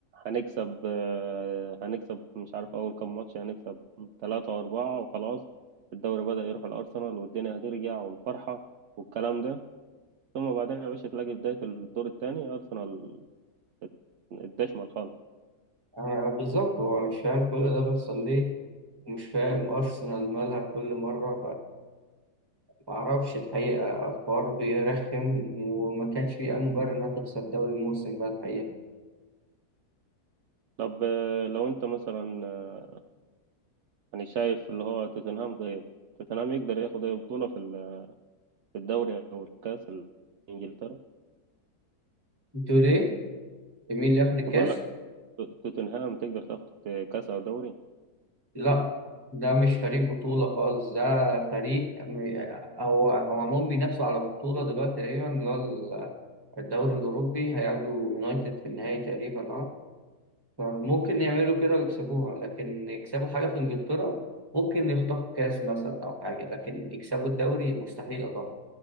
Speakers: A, on the right (about 70°); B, on the right (about 15°).
A: هنكسب آه، هنكسب مش عارف أول كام ماتش هنكسب ثلاثة وأربعة وخلاص الدوري بدأ يروح الأرسنال والدنيا هترجع والفرحة والكلام ده ثم بعدين يا باشا تلاقي بداية الدور الثاني أرسنال ات- اتدشمل خالص
B: أنا بالظبط هو مش فاهم كل ده بيحصل ليه ومش فاهم أرسنال مالها كل مرة فمعرفش الحقيقة الحوار بيرخم وما كانش فيه أي مبرر إنها تخسر الدوري الموسم ده الحقيقة
A: طب آه، لو أنت مثلا آه، يعني شايف اللي هو توتنهام طيب توتنهام يقدر ياخد أي بطولة في ال- في الدوري أو الكأس الإنجلترا
B: أنتوا ليه؟ مين اللي ياخد الكاس؟
A: بقول لك توتنهام تقدر تاخد كاس او دوري
B: لا ده مش فريق بطولة خالص ده فريق م- هو هو عموما بينافسوا على بطولة دلوقتي تقريبا اللي هو ال- الدوري الأوروبي هيقابلوا يونايتد في النهائي تقريبا اه فممكن يعملوا كده ويكسبوها لكن يكسبوا حاجة في إنجلترا ممكن يخطفوا كاس مثلا أو حاجة لكن يكسبوا الدوري مستحيل طبعا